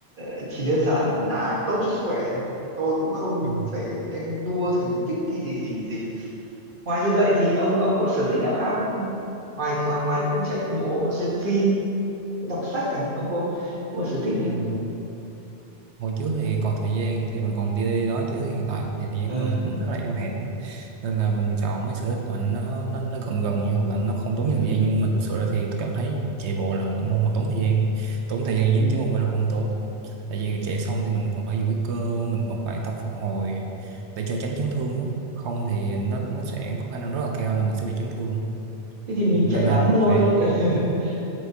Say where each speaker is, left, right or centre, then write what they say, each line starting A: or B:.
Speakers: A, on the right; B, on the right.
A: ờ, chỉ đơn giản là tốt cho sức khỏe tôi cũng không
B: Ừ.
A: phải đánh đua thành tích hay gì gì gì ngoài như vậy thì ông ông có sở thích nào khác không? ngoài ngoài ngoài cũng chạy bộ xem phim đọc sách à ông có ông có sở thích nào
B: Ừ. hồi trước thì còn thời gian thì mình còn đi đi đó chứ hiện tại thì thời gian
A: ờ
B: của mình cũng khá là eo hẹp lắm. nên là mình chọn mấy sở thích mà nó nó, nó gần gần như hoặc là nó không tốn
A: ừ,
B: nhiều thời gian nhưng mà thực sự ra thì cảm thấy chạy bộ là môn mà tốn thời gian tốn thời gian
A: ừ.
B: chứ chứ không phải là không tốn tại vì chạy xong thì mình còn phải duỗi cơ mình còn phải tập phục hồi để cho tránh chấn thương á. không thì nó nó sẽ có khả năng rất là cao là mình sẽ bị chấn thương
A: thế thì mình
B: nên
A: chạy ngắn
B: là
A: thôi
B: phải
A: <laughs>